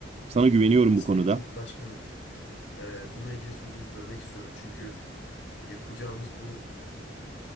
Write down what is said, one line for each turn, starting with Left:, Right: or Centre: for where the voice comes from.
Right: Sana güveniyorum
Left: Sayın
Right: bu konuda.
Left: Cumhurbaşkanım, eee bununla ilgili sözünüzü bölmek istiyorum. Çünkü yapacağımız bu